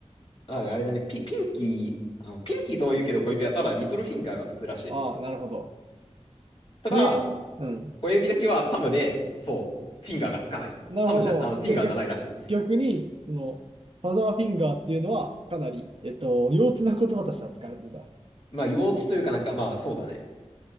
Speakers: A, on the left; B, on the right.
A: あ、あれだね、ピ、ピンキー、あの、ピンキーとも言うけど小指はただリトルフィンガーが普通らしい。
B: ああ、なるほど。
A: ただ、
B: へえ。うん。
A: 小指だけはサムで、そう、フィンガーがつかない。
B: なるほど。
A: サムじゃ、あの、フィンガーじゃないらしい。
B: で、逆、逆に、その、ファザーフィンガーっていうのは、かなり、えっと、幼稚な言葉として扱われてるんだ。
A: まあ、幼稚というかなんか、まあ、そうだね。